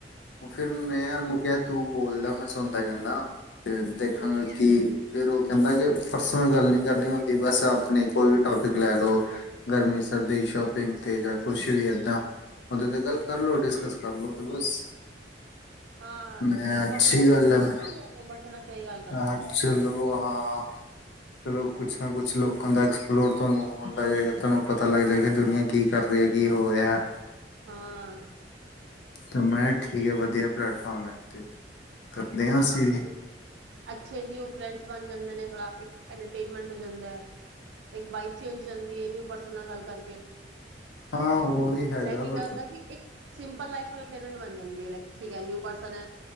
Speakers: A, on the left; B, on the right.
A: ਫਿਰ ਮੈਂ ਉਹਨੂੰ ਕਿਹਾ ਤੂੰ ਬੋਲਦਾ ਮੈਂ ਸੁਣਦਾ ਜਾਂਨਾ। ਤੇ ਦੇਖਾਂਗਾ
B: ਹੂੰ
A: ਕਿ ਫਿਰ ਉਹ ਕਹਿੰਦਾ ਕਿ ਪਰਸਨਲ ਗੱਲ ਨਹੀਂ ਕਰਨੀ ਹੁੰ ਅਤੇ ਬਸ ਆਪਣੇ ਕੋਈ ਵੀ ਟੋਪਿਕ ਲੈ ਲਓ। ਗਰਮੀ, ਸਰਦੀ ਸ਼ੋਪਿੰਗ ਤੇ ਜਾਂ ਕੁਛ ਵੀ ਏਦਾਂ ਓਹਦੇ ਤੇ ਗੱਲ ਕਰ ਲੋ ਡਿਸਕਸ ਕਰ ਲੋ ਤੇ ਬਸ
B: ਹਾਂ
A: ਮੈਂ
B: ਇਹ
A: ਅੱਛੀ
B: ਕੌਨਫੀਡੈਂਸ
A: ਗੱਲ
B: ਨੀ ਆਂਦਾ
A: ਹੈੈਂ,
B: ਨਾ ਕਿ ਨੰਬਰ ਤੋਂ ਨਾ ਕਿਹੀ ਗੱਲ ਕਰੋ
A: ਚਲੋ ਹਾਂ। ਚਲੋ ਕੁਛ ਨਾ ਕੁਛ ਲੋਕਾਂ ਦਾ ਐਕਸਪਲੋਰ ਤੁਹਾਨੂੰ ਹੁੰਦਾ ਹੈਏਗਾ। ਤੁਹਾਨੂੰ ਪਤਾ ਲੱਗ ਜਾ ਕਿ ਦੁਨੀਆਂ ਕੀ ਕਰ ਰਹੀ ਹੈ, ਕੀ ਹੋ ਰਿਹਾ?
B: ਹਾਂ,
A: ਤੇ ਮੈਂ ਕਿਹਾ ਠੀਕ ਵਧੀਆ ਪਲੇਟਫਾਰਮ ਹੈ। ਤੇ ਕਰਦੇ
B: ਹਾਂ,
A: ਅਸੀਂ ਵੀ
B: ਅੱਛੇ ਨਿਊ ਫਰੈਂਡਸ ਬਣ ਜਾਂਦੇ ਨੇ। ਇੰਟਰਟੇਨਮੈਂਟ ਹੋ ਜਾਂਦਾ ਇਕ ਵਾਈਬ ਚੇਂਜ ਹੋ ਜਾਂਦੀ ਏ ਨਿਊ ਪਰਸਨ ਨਾਲ ਗੱਲ ਕਰਕੇ।
A: ਹਾਂ, ਉਹ ਵੀ ਹੈਗਾ
B: ਲੈ ਕੇ ਕਿਆ
A: ਬਟ
B: ਹੁੰਦਾ ਕਿ ਇੱਕ ਸਿੰਪਲ ਲਾਈਫ ਬਣ ਜਾਂਦੀ ਹੈਕਸ ਹੈ ਲਾਇਕ ਨਿਊ ਪਰਸਨ ਐ।